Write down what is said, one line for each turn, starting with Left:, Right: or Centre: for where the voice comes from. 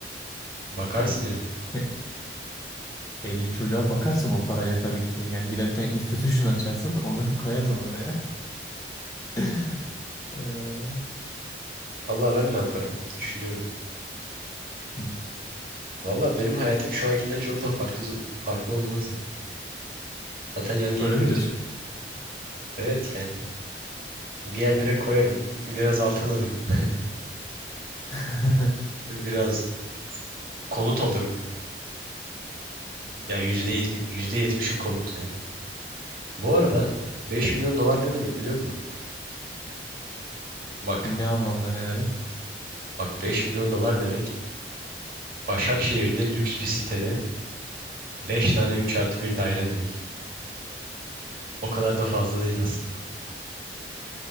Right: Bakarsın yani.
Left: <laughs> 50 çocuğa bakarsın o parayla tabii ki de. Yani gider bir tane institution açarsın <laughs> onları koyarsın oraya. <laughs> Ee,
Right: Valla ben ne yaparım düşünüyorum.
Left: hı,
Right: Valla benim hayatım şu ankinden çok da farklı farklı olmaz ya. Zaten yan gelip
Left: Öyle mi
Right: yatıyorum.
Left: diyorsun?
Right: Evet yani. Bir yerlere koyarım. <laughs> Biraz altın alırım.
Left: <laughs>
Right: <laughs> Biraz konut alırım. Yani yüzde yetmi- yüzde yetmişi konut yani. Bu arada 5 milyon dolar ne demek biliyor musun? Bak.
Left: Ne anlamda ne demek?
Right: Bak 5 milyon dolar demek. Başakşehir'de lüks bir sitede 5 tane 3 artı bir daire demek. O kadar da fazla değil aslında.